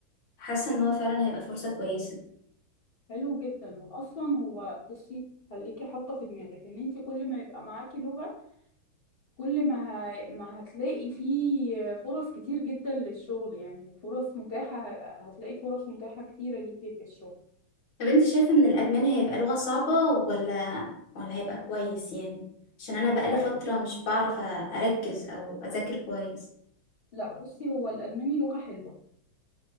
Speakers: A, on the left; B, on the left.
A: حاسه ان هو فعلا هيبقى فرصه كويسه
B: حلو جدا واصلا هو بصي خليكي حاطه في دماغك ان انتي كل ما يبقى معاكي لغة كل ما ه... ما هتلاقي فيه فرص كتير جدا للشغل يعني فرص متاحة هتلاقي فرص متاحة كتيرة ليكي في الشغل
A: طب انت شايفة ان الألماني هيبقى لغة صعبة ولا ولا هيبقى كويس يعني عشان انا بقالي
B: لا
A: فترة
B: ال-
A: مش بعرف اركز او اذاكر كويس
B: لا بصي هو الالماني لغة حلوة